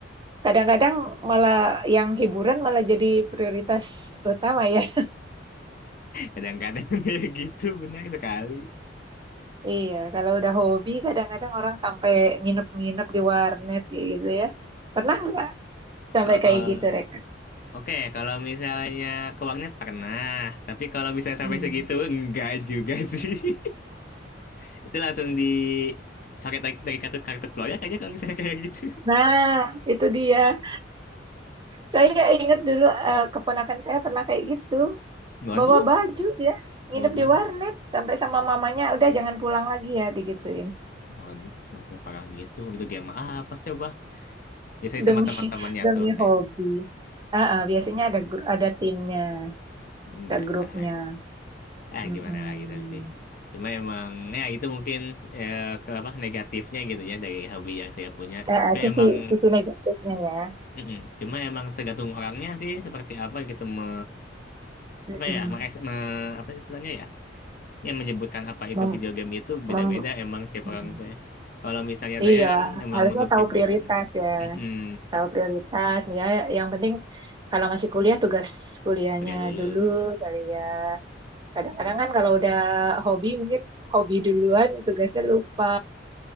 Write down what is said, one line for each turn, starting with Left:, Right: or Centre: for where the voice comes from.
Right: kadang-kadang malah yang hiburan malah jadi prioritas utama ya. <laughs>
Left: Kadang-kadang <laughs> kayak gitu, benar sekali.
Right: Iya, kalau udah hobi kadang-kadang orang sampai nginep-nginep di warnet kayak gitu ya. Pernah nggak sampai
Left: Wah, kalau
Right: kayak gitu, Reka?
Left: Oke, kalau misalnya ke warnet pernah, tapi kalau misalnya
Right: Hmm.
Left: sampai segitu enggak juga sih. <laughs> Itu langsung dicoret dari, dari kartu kartu keluarga kayaknya kalau misalnya kayak gitu.
Right: Nah, itu dia. Saya ingat dulu eh, keponakan saya pernah kayak gitu.
Left: <laughs> Waduh,
Right: Bawa baju ya, nginep
Left: bawaan.
Right: di warnet sampai sama mamanya udah jangan pulang lagi ya digituin.
Left: Waduh, sampai parah gitu. Gitu game apa coba? Biasanya
Right: demi
Left: sama teman-temannya
Right: <laughs> demi
Left: tuh kayak
Right: hobi. Ah, ah, biasanya ada gru- ada timnya,
Left: "Hmm,
Right: ada
Left: dasar.
Right: grupnya.
Left: Ah,
Right: Mm-mm.
Left: gimana lagi tapi sih. Cuma emang ya itu mungkin eh, ke apa negatifnya gitu ya dari hobi yang saya punya.
Right: Ah,
Left: Tapi
Right: ah, sisi
Left: emang
Right: sisi negatifnya ya.
Left: Mm-mm. Cuma emang tergantung orangnya sih seperti apa gitu me,
Right: Mm-mm.
Left: apa ya me, me, apa sih sebutannya ya yang menyebutkan apa itu
Right: Mem-
Left: video game itu
Right: mem-
Left: beda-beda emang setiap
Right: Mm-mm.
Left: orang teh. Kalau misalnya
Right: Iya,
Left: saya kan emang
Right: harusnya
Left: untuk
Right: tahu
Left: hiburan.
Right: prioritas ya.
Left: Mm-mm.
Right: Tahu prioritas. Ya, yang penting kalau masih kuliah tugas kuliahnya
Left: Kuliah dulu.
Right: dulu
Left: Mm.
Right: kali ya. Kadang-kadang
Left: Nah,
Right: kan kalau udah hobi mungkin hobi duluan tugasnya lupa.